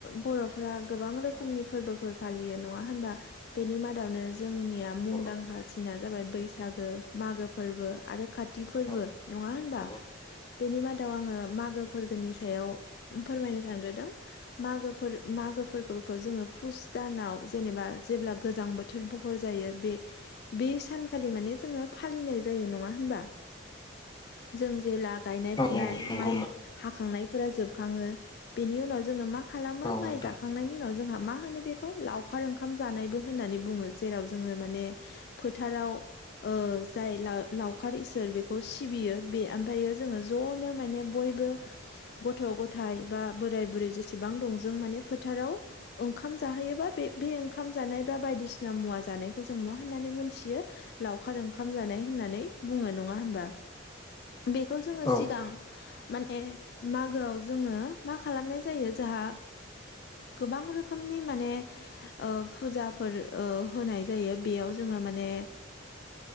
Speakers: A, on the left (about 55°); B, on the left (about 20°).
A: बर' फोरा गोबां रोखोमनि
B: औ
A: फोरबोफोर फालियो नङा होनबा बेनि मादावनो जोंनिया मुंदांखासिना
B: औ
A: जाबाय बैसागो मागो फोरबो आरो काति फोरबो
B: औ
A: नङा होनबा
B: औ
A: बेनि मादाव आङो गोदोनि सायाव फोरमायनो सानग्रोदों मागो फोर मागो फोरबो खौ जोङो पुस दानाव जेनेबा जेब्ला गोजां बोथोर बहर जायो बे बे सानखालि माने जोङो फालिनाय जायो नङा होनबा जों जे ला गायनाय
B: औ
A: फुनाय
B: नंगौ
A: माइ हाखांनायफोरा जोबखाङो बेनि उनाव जोङो मा खालामो
B: औ
A: माइ
B: नोंथां
A: जाखांनायनि बेनि उनाव जोंहा मा होनो बेखौ लावखार ओंखाम जानायबो होननानै बुङो जेराव जोङो माने फोथाराव जाय लावखार इसोर बेखौ सिबियो बे ओमफ्रायो जोङो जनो माने बयबो गथ' गथाइ बा बोराय बुरै जेसेबां दं जों माने फोथाराव ओंखाम जाहोयोबा बे बे ओंखाम जानाय बा बायदिसिना मुवा जानायखौ जों मा होननानै मोनथियो लावखार ओंखाम जानाय होननानै बुङो नङा होनबा बेखौ जोङो
B: औ
A: सिगां माने मागोआव जोङो मा खालामनाय जायो जोंहा गोबां रोखोमनि माने फुजाफोर होनाय जायो बेयाव जोङो माने